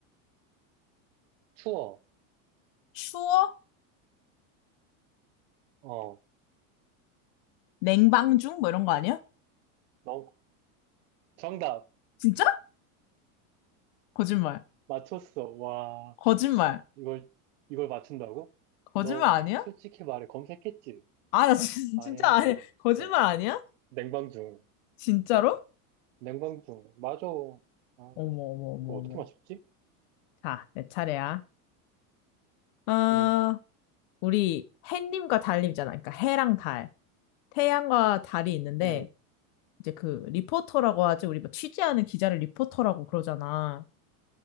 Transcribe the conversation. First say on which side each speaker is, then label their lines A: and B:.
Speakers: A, on the right (about 55°); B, on the left (about 35°).
A: 투어,
B: 추워?
A: 어,
B: 냉방중? 뭐 이런 거 아니야?
A: 너, 정답,
B: 진짜? 거짓말.
A: 맞췄어. 와,
B: 거짓말.
A: 이걸, 이걸 맞춘다고?
B: 거짓말
A: 너
B: 아니야?
A: 솔직히 말해, 검색했지?
B: 아, 나 <laughs> 진-
A: 아니야,
B: 진짜 아니야. 거짓말
A: 진짜.
B: 아니야?
A: 냉방중,
B: 진짜로?
A: 냉방중. 맞아. 아,
B: 어머, 어머, 어머,
A: 그거 어떻게
B: 어머.
A: 맞췄지?
B: 자, 내 차례야. 어,
A: 응.
B: 우리 해님과 달님이잖아. 그러니까 해랑 달. 태양과 달이 있는데,
A: 응.
B: 이제 그 리포터라고 하지. 우리 뭐 취재하는 기자를 리포터라고 그러잖아.